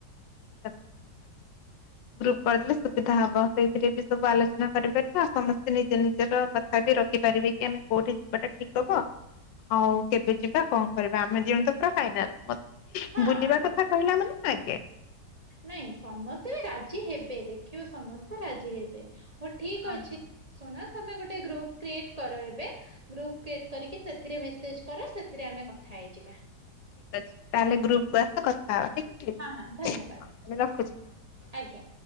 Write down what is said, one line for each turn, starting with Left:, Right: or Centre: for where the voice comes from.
Left: ଠିକ କଥା କହିଛ ଗ୍ରୁପ କରିଦେଲେ ସୁବିଧା ହବ ସେଇଥିରେ ବି ସବୁ ଆଲୋଚନା କରିପାରିବ ଆଉ ସମସ୍ତେ ନିଜ ନିଜର କଥା ବି ରଖିପାରିବେ କି ଆମେ କୋଉଠି ଯିବାଟା ଠିକ ହବ ଆଉ କେବେ ଯିବା କଣ କରିବା ଆମେ ଦୁଇ ଜଣୁ ତ ପୁରା ଫାଇନାଲ।
Right: ହଁ ଆମେ
Left: ବୁଲିବା କଥା
Right: ତ
Left: କହିଲା ମାନେ ଆଗେ।
Right: ନାଇଁ ସମସ୍ତେ ବି ରାଜି ହେବେ ଦେଖିବ ସମସ୍ତେ ରାଜି ହେବେ। ହଉ ଠିକ୍
Left: ହଁ
Right: ଅଛି
Left: ହଁ
Right: ଶୁଣ ତମେ ଗୋଟେ ଗ୍ରୁପ କ୍ରିଏଟ୍ କର ଏବେ ଗ୍ରୁପ କ୍ରିଏଟ୍ କରିକି ସେଥିରେ ମେସେଜ କର ସେଥିରେ ଆମେ କଥା ହେଇଯିବା।
Left: ଠିକ ଅଛି ତାହେଲେ ଗ୍ରୁପ୍ କୁ ଆସ କଥା ହବା। ଠିକ ଅଛି।
Right: ହଁ ହଁ ଧନ୍ୟବାଦ
Left: ତାହେଲେ ରଖୁଛି ହଁ।
Right: ଆଜ୍ଞା।